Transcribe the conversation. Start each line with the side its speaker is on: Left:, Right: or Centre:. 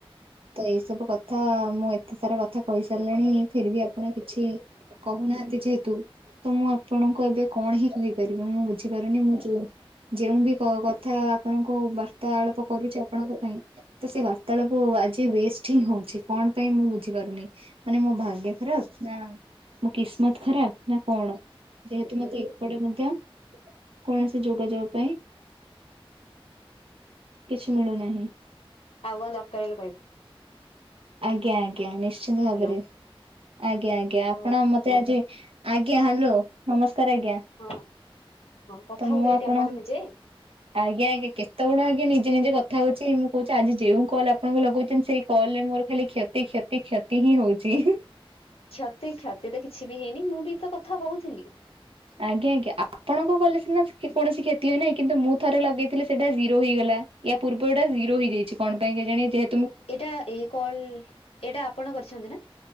Right: ତ ଏଇ ସବୁ କଥା ମୁଁ ଏତେ ସାରା କଥା କହିଇସାରିଲେଣି
Left: କଣ
Right: ଫିର ବି ଆପଣ କିଛି କହୁନାହାନ୍ତି। ତୁ ତ ମୁଁ ଆପଣଙ୍କୁ ଏବେ କଣ ହି କହିପାରିବି ମୁଁ ବୁଝିପାରୁନି ମୁଁ ମୁଁ ଯେ-ଯେଉଁ ବି କ-କଥା ଆପଣଙ୍କୁ ବାର୍ତାଳାପ କରୁଛି ଆପଣଙ୍କ ପାଇଁ। ତ ସେ ବାର୍ତାଳାପ ଆଜି ୱେଷ୍ଟ ହିଁ ହଉଛି କଣ ପାଇଁ ମୁଁ ବୁଝିପାରୁନି। ମାନେ ମୋ ଭାଗ୍ୟ ଖରାପ ନା ମୋ କିସ୍ମତ ଖରାପ ନା କଣ ଯେହେତୁ ମତେ ଏପଟେ ମଧ୍ୟ କୌଣସି ଯୋଗାଯୋଗ ପାଇଁ କିଛି ମିଳୁନାହିଁ।
Left: ଆଉ କଣ ଦରକାର ହେଲେ କହିବୁ।
Right: ଆଜ୍ଞା ଆଜ୍ଞା ନିଶ୍ଚିନ୍ତ ଭାବରେ
Left: ହ୍ୟାଲୋ
Right: ଆଜ୍ଞା ଆଜ୍ଞା
Left: ହ୍ୟାଲୋ
Right: ଆପଣ ମତେ ଆଜି ଆଜ୍ଞା ହାଲୋ ନମସ୍କାର ଆଜ୍ଞା।
Left: ହଁ ହଁ କଥା
Right: ତ ମୁଁ
Left: ହଉଥିଲେ
Right: ଆପଣ
Left: ଏଠି ନିଜେ।
Right: ଆଜ୍ଞା ଆଜ୍ଞା କେତେବେଳୁ ଆଜ୍ଞା ନିଜେ ନିଜେ କଥା ହଉଛି ମୁଁ କହୁଛି ଆଜି ଯେଉଁ କଲ୍ ଆପଣଙ୍କୁ ଲଗଉଛନ୍ତି ସେଇ କଲ୍ ରେ ମୋର ଖାଲି କ୍ଷତି କ୍ଷତି କ୍ଷତି ହିଁ ହୋଉଛି।
Left: କ୍ଷତି କ୍ଷତି ତ କିଛି ବି ହେଇନି ମୁଁ ବି ତ କଥା କହୁଥିଲି।
Right: ଆଜ୍ଞା ଆଜ୍ଞା ଆପଣଙ୍କ କଲେ ସିନା କ୍ଷ କୌଣସି କ୍ଷତି ହେଇ ନାହିଁ କିନ୍ତୁ ମୁଁ ଥରେ ଲଗେଇଥିଲି ସେଇଟା ଜିରୋ ହେଇଗଲା। ୟା ପୂର୍ବ ଟା ଜିରୋ ହୋଇ ଯାଇଛି କଣ ପାଇଁ କେଜାଣି ଯେହେ
Left: ଏଇଟା ଏ କଲ ଏଇଟା ଆପଣ କରିଛନ୍ତି ନା?